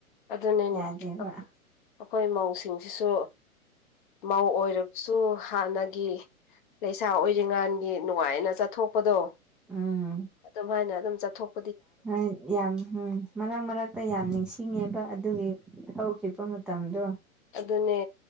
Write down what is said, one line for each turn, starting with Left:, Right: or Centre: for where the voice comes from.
Left: ꯑꯗꯨꯅꯦ
Centre: ꯌꯥꯗꯦꯕ
Left: ꯑꯩꯈꯣꯏ ꯃꯧꯁꯤꯡꯁꯤꯁꯨ ꯃꯧ ꯑꯣꯏꯔꯒꯁꯨ ꯍꯥꯟꯅꯒꯤ ꯂꯩꯁꯥ ꯑꯣꯏ ꯉꯥꯟꯒꯤ ꯅꯨꯡꯉꯥꯏꯅ ꯆꯠꯊꯣꯛꯄꯗꯣ
Centre: ꯎꯝ
Left: ꯑꯗꯨꯝ ꯍꯥꯏꯥꯏꯅ ꯑꯗꯨꯝ ꯆꯠꯊꯣꯛ
Centre: ꯍꯣꯏ ꯌꯥꯝ ꯎꯝ ꯃꯔꯛ ꯃꯔꯛꯇ ꯌꯥꯝ ꯅꯤꯡꯁꯤꯡꯉꯦꯕ ꯑꯗꯨꯒꯤ ꯍꯧꯈꯤꯕ ꯃꯇꯝꯗꯣ
Left: ꯑꯗꯨꯅꯦ